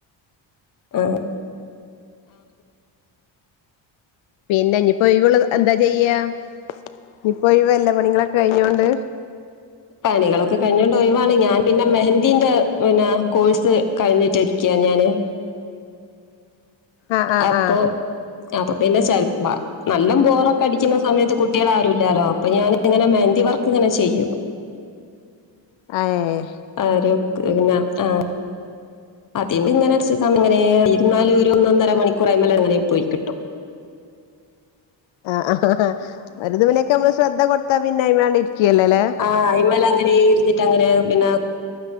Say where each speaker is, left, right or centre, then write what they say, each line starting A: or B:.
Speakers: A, on the left; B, on the left.
A: ആഹ്
B: പിന്നെ ഇനിപ്പോ ഒഴിവ് ഉള്ളത് എന്താ ചെയ്യാ. ഇനിപ്പോ ഒഴിവല്ലേ പണികളൊക്കെ കഴിഞ്ഞോണ്ട്
A: പണികളൊക്കെ കഴിഞ്ഞോണ്ട് ഒയവാാണ് ഞാൻ പിന്നെ മെഹന്ദീന്റെ പിന്നെ കോഴ്സ് കഴിഞ്ഞിട്ടിരിക്കാ ഞാന്
B: ആഹ് ആഹ്
A: അപ്പൊ
B: ആഹ്
A: അപ്പൊ പിന്നെ ചിലപേ നല്ല ബോറ കടിക്കുന്ന സമയത്ത് കുട്ടികൾ ആരുമില്ലല്ലോ അപ്പൊ ഞാൻ ഇങ്ങനെ മെഹന്തി വർക്ക് ഇങ്ങനെ ചേയ്യും
B: അഹ് ഏഹ്
A: ആരു ക്കു പിന്നെ ആ അതിന്റെ ഇങ്ങനെ ചി സമയം ഇങ്ങനെ <unintelligible> ഒരു ഒന്നര മണിക്കൂർ അയ്മല് അങ്ങനെ പോയി കിട്ടും
B: ആഹാ ആഹാ അവരതു പിനെ നൊക്കെ നമ്മള് ശ്രദ്ധ കൊടുത്താ പിന്നെ അയ്മേണ് ഇരിക്കുല്ലേല്ലേ
A: ആഹ് ആയിമ്മല് അങ്ങനെ ഇരുന്നിട്ട് അങ്ങനെ പിന്നെ